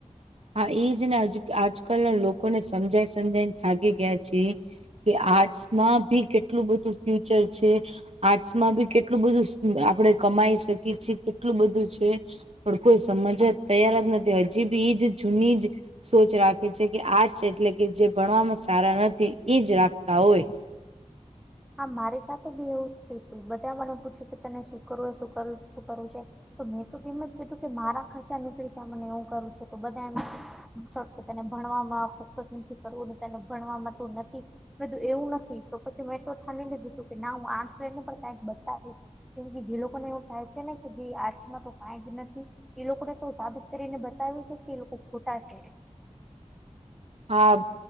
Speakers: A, on the right; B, in the centre.
A: હા ઇ જ ને આજકાલના લોકોને સમજાય સમજાયને થાકી ગયા છે કે આર્ટસ માં ભી કેટલું બધું ફ્યુચર છે આર્ટ્સમાં બી કેટલું બધું આપડે કમાઈ શકીએ છીએ કેટલું બધું છે પણ કોઈ સમજવા તૈયાર જ નથી હજી બી એજ જૂની જ સોચ રાખે છે કે આ એટલે કે જે ભણવામાં સારા નથી ઈજ રાખતા હોય
B: હા મારી સાથે બી એવું જ થયું તું બધા મને પૂછ્યું કે તને શું કરવું શું કરવું શું કરવું છે તો મેં તો એમ જ કીધું કે મારા ખર્ચા નીકળી જાય મને એવું કરું છે તો બધા ઈનશોટ કે તને ભણવામાં ફોક્કસ નથી કરવું તને ભણવામાં તો નથી મે કીધું એવું નથી તો પછી મેં તો થાની લીધું તું કે ના હું આર્ટસ લય ને પણ કઈક બતાવીશ કેમ કે જે લોકોને એવું થાય છે ને કે જે આર્ટસ માં તો કઈ જ નથી એ લોકોને તો સાબિત કરીને બતાવી શ કે એ લોકો ખોટા છે
A: હા